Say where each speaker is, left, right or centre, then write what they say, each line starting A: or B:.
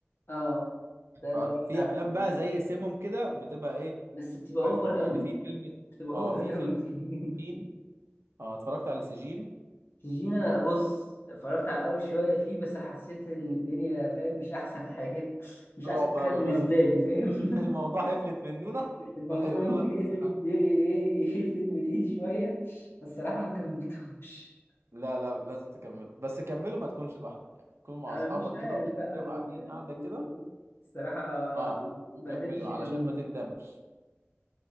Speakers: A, on the left; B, on the right.
A: اه ده اللي
B: فعارف
A: هو
B: في
A: بتاع
B: افلام
A: يعني.
B: بقى زي سيموم كده بتبقى ايه
A: بس بتبقى
B: اجمد
A: اوفر قوي
B: يعني في فيلم
A: بتبقى
B: اه
A: اوفر
B: في
A: قوي
B: فيلم
A: <laughs>
B: سجين اه اتفرجت على سجين
A: جينا بص اتفرجت على اول شويه فيه بس حسيت ان الدنيا فاهم مش احسن حاجه مش
B: رعب
A: احسن حاجه
B: قوي
A: بالنسبه
B: بقى
A: لي فاهم <laughs>
B: الموضوع هيفلت مننا
A: الموضوع
B: وهيقولوا
A: ممكن
B: لك
A: يقلب
B: قصة حلوة
A: ي- ي- ي- يفلت من ايدي شوية بس الصراحة ما كملتهمش
B: لا لا لازم تكمله بس كمله ما تكونش لوحدك يعني تكون مع
A: <laughs> أنا
B: اصحابك
A: مش عارف
B: كده ومش عارف
A: بقى
B: ايه وقاعدين
A: يعني
B: قاعدة كده
A: الصراحة
B: اه و- وكمله
A: ما قدرتش
B: علشان
A: أكمله
B: ما تندمش